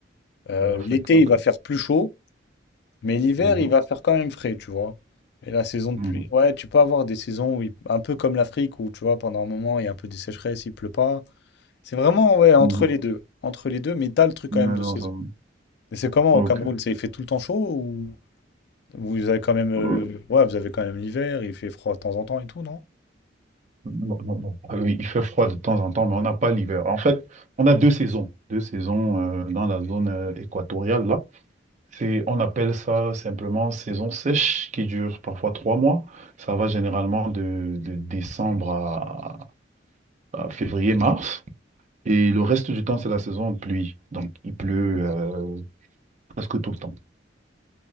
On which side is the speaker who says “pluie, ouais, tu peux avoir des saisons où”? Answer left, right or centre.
Left